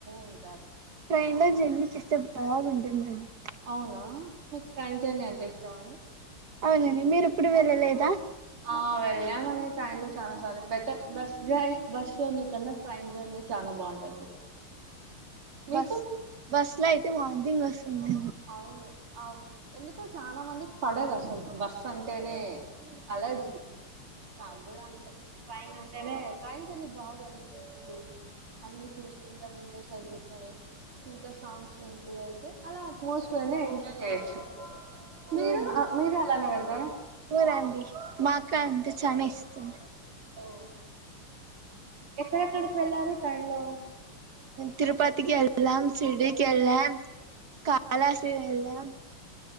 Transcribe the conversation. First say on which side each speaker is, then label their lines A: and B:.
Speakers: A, on the right; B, on the right.
A: ఉంటాది.
B: ట్రైన్ లో జర్నీ చేస్తే బాగుంటుంది. <unintelligible>
A: అవునా? మీకు ట్రైన్ జర్నీ అంటే ఇష్టమండి.
B: అవునండి మీరు ఎప్పుడు వెళ్ళలేదా
A: ఆ వెళ్ళామండి ట్రైన్ లో చనా సార్లు better bus journey bus journey కన్నా ట్రైన్ జర్నీ చానా బె బాగుంటుంది మీకు
B: బస్ బస్ లో అయితే వాంటింగ్ వస్తుంది
A: అవును అవ్ ఎందుకో చాలా మందికి పడదు అసలు బస్ అన్ టేనే అలర్జీ నాకు కూడా అంటే ట్రైన్ అన్ టేనే ట్రైన్ జర్నీ బాగా అన్ని చెట్లు అన్ని చూసుకుంటా విండో సైడ్ కూర్చొని ఇంకా సాంగ్స్ వింటూ వెళ్తే కుస్కొని ఎంజాయ్ చేయొచ్చు మీరు
B: వును
A: ఆ, మీరు అలానే వెళ్తారా
B: ఉనండి మాకు అంతే చనా ఇష్టం
A: ఓ ఎక్కడెక్కడికి వెళ్ళారు ట్రైన్ లో
B: తిరుపతికి ఎళ్లం షిరిడికి ఎళ్ళం కాలాశ్రీ ఎల్లం